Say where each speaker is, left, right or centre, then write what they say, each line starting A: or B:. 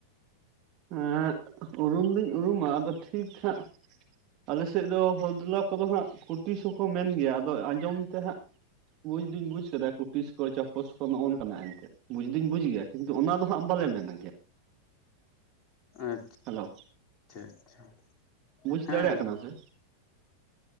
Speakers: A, on the right; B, on the left.
A: ᱮᱸ ᱩᱨᱩᱢ ᱫᱩᱧ ᱩᱨᱩᱢᱟ ᱟᱫᱚ ᱴᱷᱤᱠ ᱦᱟᱜ ᱟᱞᱮᱥᱮᱫ ᱫᱚ ᱦᱚᱫᱞᱟ ᱠᱚᱫᱚ ᱦᱟᱸᱜ ᱠᱩᱴᱤᱥ ᱦᱚᱸᱠᱚ ᱢᱮᱱ ᱜᱮᱭᱟ ᱟᱫᱚ ᱟᱸᱡᱚᱢ ᱛᱮ ᱦᱟᱸᱜ ᱵᱩᱡᱽ ᱫᱩᱧ ᱵᱩᱡ ᱠᱮᱫᱟ ᱠᱩᱴᱤᱥ ᱠᱚ ᱪᱟᱯᱚᱥ ᱠᱚ ᱱᱚᱜᱚᱭ ᱱᱚᱝᱠᱟᱱᱟ ᱮᱱ ᱛᱮᱫ ᱾ ᱵᱩᱡ ᱫᱩᱧ ᱵᱩᱡ ᱜᱮᱭᱟ ᱠᱤᱱᱛᱩ ᱚᱱᱟ ᱫᱚ ᱦᱟᱸᱜ ᱵᱟᱞᱮ ᱢᱮᱱ ᱠᱮᱭᱟ᱾
B: ᱟᱪᱪᱷᱟ
A: ᱦᱮᱞᱳ
B: ᱟᱪᱪᱷᱟ
A: ᱵᱩᱡᱽ
B: ᱦᱮᱸ
A: ᱫᱟᱲᱮᱭᱟᱜ
B: ᱦᱮᱸ
A: ᱠᱟᱱᱟ ᱥᱮ